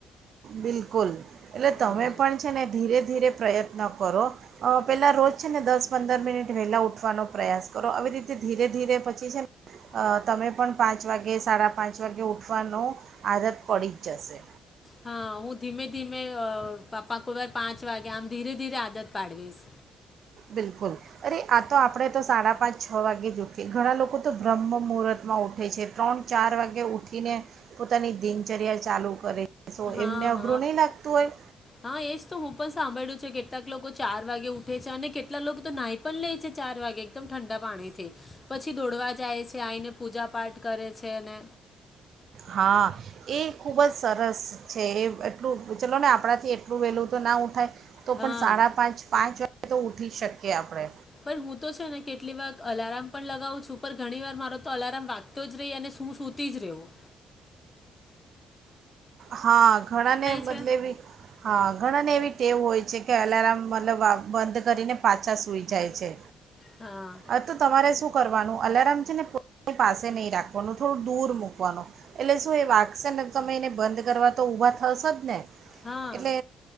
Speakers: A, on the right; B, on the left.
A: બિલકુલ. એટલે તમે
B: હા
A: પણ છે ને ધીરે ધીરે પ્રયત્ન કરો, અ પેલા રોજ છે ને દસ પંદર મિનિટ વહેલા ઉઠવાનો પ્રયાસ કરો, આવી રીતે ધીરે ધીરે પછી છે ને તમે પણ પાંચ વાગે સાડા પાંચ વાગે ઉઠવાનો આદત પડી જ જશે.
B: હા હું ધીમે ધીમે અ પાપા કો વાર પાંચ વાગે આમ ધીરે ધીરે આદત પાડવીશ.
A: બિલકુલ. અરે આ તો આપણે તો સાડા પાંચ છ વાગે જ ઉઠે, ઘણા લોકો તો બ્રહ્મ મુહૂર્તમાં ઉઠે છે ત્રણ ચાર વાગે ઉઠીને પોતાની દિનચર્યા ચાલુ કરે. છે સો
B: હ હ,
A: એમને અઘરું નહીં લાગતું હોય
B: હા એજ તો હું પણ સાંભળ્યું છે કે કેટલાક લોકો ચાર વાગે ઉઠે છે અને કેટલાક લોકો તો નાઈ પણ લે છે ચાર વાગે એકદમ ઠંડા પાણી થી પછી દોડવા જાય છે આઈને પૂજા પાઠ કરે છે ને
A: હા, એ ખૂબ જ સરસ. છે એ એટલું ચલો ને આપણાથી એટલું વહેલું તો ના ઊઠાય તો
B: હા
A: પણ સાડા પાંચ પાંચ વા ગે તો ઉઠી જ શકીએ આપણે.
B: પણ હું તો છે ને કેટલી વાર અલારામ પણ લગાવું છું પણ ઘણી વાર મારો તો અલારામ વાગતો જ રે અને શું સુતી જ રેવું.
A: હા, ઘણાને બદલે
B: છે
A: એવી હા, ઘણાને એવી તેવ હોય છે કે અલારામ મતલબ અ બંધ કરીને પાછા સૂઈ જાય છે.
B: હા
A: આ તો તમારે શું કરવાનું અલારામ છે ને પો <inaudible> પાસે નહીં રાખવાનું થોડું દૂર મૂકવાનું એટલે શું એ વગશેને તમેં એને બંધ કરવા તો ઊભા થશો જ ને
B: હા
A: એટલે